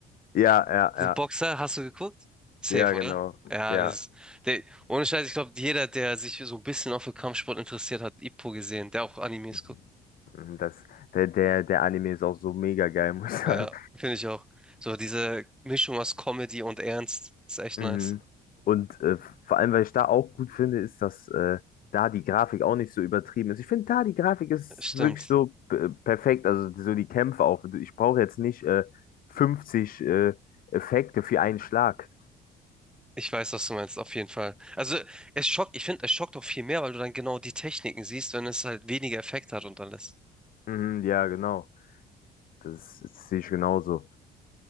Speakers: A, on the left; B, in the centre.
A: Ja, ja,
B: Diesen
A: ja.
B: Boxer hast du geguckt? Safe,
A: Ja,
B: oder?
A: genau.
B: Ja,
A: Ja.
B: das, der, ohne Scheiß, ich glaube, jeder, der sich so ein bisschen auch für Kampfsport interessiert hat, Ippo gesehen, der auch Animes
A: Mhm.
B: guckt.
A: Mhm, Das, der, der, der Anime ist auch so mega geil, <laughs> muss ich sagen.
B: Ja, finde ich auch. So diese Mischung aus Comedy und Ernst ist echt
A: Mhm.
B: nice.
A: Und äh, vor allem, weil ich da auch gut finde, ist, dass äh, da die Grafik auch nicht so übertrieben ist. Ich finde, da die Grafik ist
B: Stimmt.
A: wirklich so äh, perfekt. Also so die Kämpfe auch. Ich brauche jetzt nicht äh, 50 äh, Effekte für einen Schlag.
B: Ich weiß, was du meinst, auf jeden Fall. Also, es schockt, ich finde, es schockt auch viel mehr, weil du dann genau die Techniken siehst, wenn es halt weniger Effekt hat und alles.
A: Mhm, ja, genau. Das, das sehe ich genauso.